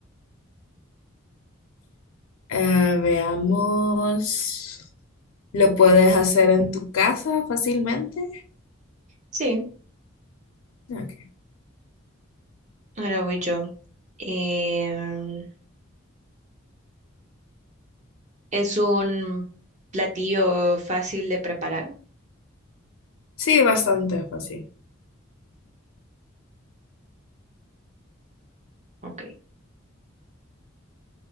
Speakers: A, on the left; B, on the right.
A: Ah, veamos. ¿Lo puedes hacer en tu casa fácilmente?
B: Sí,
A: Ok.
B: ahora voy yo. Eh, Es un platillo fácil de preparar.
A: Sí, bastante fácil.
B: Ok.